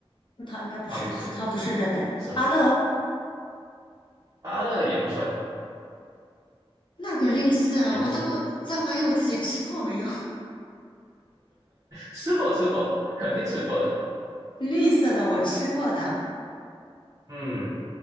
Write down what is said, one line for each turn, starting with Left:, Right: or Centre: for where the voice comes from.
Left: 葡萄应该不是，
Right: 啊，不是，
Left: 葡萄不是热带。
Right: 不是，不是，
Left: 芭乐，
Right: 芭乐也不算，
Left: 那个绿色，
Right: 也不是，
Left: 我都在怀疑我自己吃过没有。<laughs>
Right: 吃过吃过，肯定吃过的。
Left: 绿色的我吃过的，
Right: 嗯